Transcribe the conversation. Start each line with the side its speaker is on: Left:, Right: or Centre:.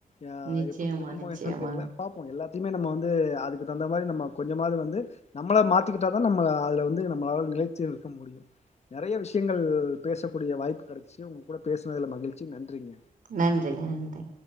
Left: ஆ
Right: நிச்சயமா
Left: எப்டி இருக்குமோ
Right: நிச்சயமா
Left: என்னன் தெரில பாப்போ எல்லாத்தையுமே நம்ம வந்து அதுக்கு தந்த மாரி நம்ம கொஞ்சமாது வந்து நம்மள மாத்திக்கிட்டா தா நம்ம அதுல வந்து நம்மளால நிலைச்சி இருக்க முடியு நெறைய விஷயங்கள் பேச கூடிய வாய்ப்பு கெடைச்சு உங்க கூட பேசுனதுல மகிழ்ச்சி நன்றிங்க
Right: நன்றிங்க நன்றிங்க